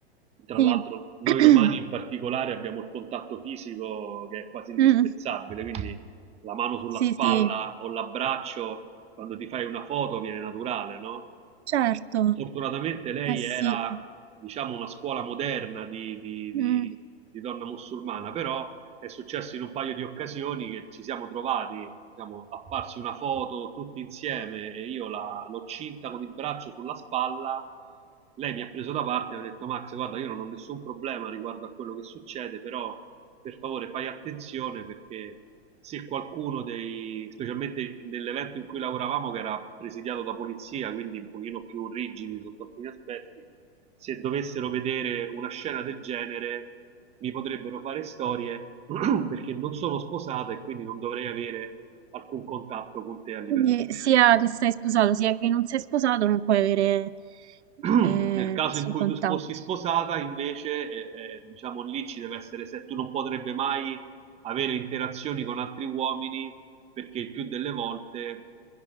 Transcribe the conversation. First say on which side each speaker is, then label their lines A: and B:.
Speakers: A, on the right; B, on the right.
A: Tra
B: Sì.
A: l'altro, noi
B: <clears throat>
A: romani in particolare abbiamo il contatto fisico che è quasi indispensabile,
B: Mm,
A: quindi la mano sulla
B: sì,
A: spalla
B: sì,
A: o l'abbraccio quando ti fai una foto viene naturale, no?
B: certo.
A: Eh, fortunatamente lei
B: Eh sì.
A: era, diciamo, una scuola moderna di, di- di-
B: Mm.
A: di donna musulmana, però è successo in un paio di occasioni che ci siamo trovati, diciamo, a farsi una foto tutti insieme e io la- l'ho cinta con il braccio sulla spalla. Lei mi ha preso da parte e mi ha detto: Max, guarda, io non ho nessun problema riguardo a quello che succede, però per favore fai attenzione perché se qualcuno dei, specialmente nell'evento in cui lavoravamo che era presidiato da polizia, quindi un pochino più rigidi sotto alcuni aspetti, se dovessero vedere una scena del genere mi potrebbero fare storie <clears throat> <coughs> perché non sono sposato e quindi non dovrei avere alcun contatto con te a livello
B: Quindi
A: fisico.
B: sia che sei sposato, sia che non sei sposato, non puoi avere
A: <clears throat>
B: eh,
A: Nel caso
B: nessun
A: in cui
B: contatto.
A: tu fossi sposata, invece, eh, eh, diciamo lì ci deve essere, se tu non potrebbe mai avere interazioni con altri uomini, perché il più delle volte